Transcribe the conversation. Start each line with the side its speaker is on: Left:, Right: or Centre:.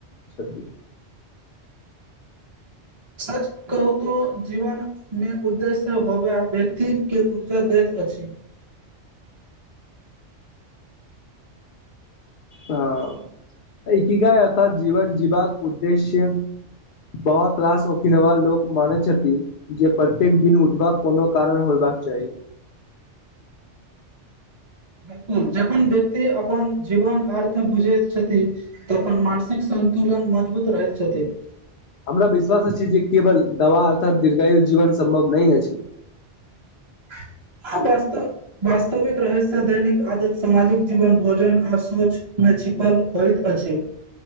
Left: छथि
Right: सच कहू तऽ जीवन मे उद्देश्य होबै व्यक्ति केँ ऊर्जा दैत अछि।
Left: हऽ <inaudible> की गय ओत जीवन जीवबाक उद्देश्य बहुत रास ओकीलवा लोक मानै छथि जे प्रत्येक दिन उठबाक कोनो कारण होयबाक चाही
Right: बिल्कुल जखन व्यक्ति अपन जीवन अर्थ बुझैत छथि तखन मानसिक सन्तुलन मजबूत रहैत छथि
Left: हमरा विश्वास अछि छी जे केवल दवा अर्थात दीर्घायु जीवन सम्भव नहीं अछि।
Right: <inaudible> आगस्तो बास्तविक रहस्य दैनिक आदत सामाजिक जीवन भोजन आ सोच में छीपल होइत अछि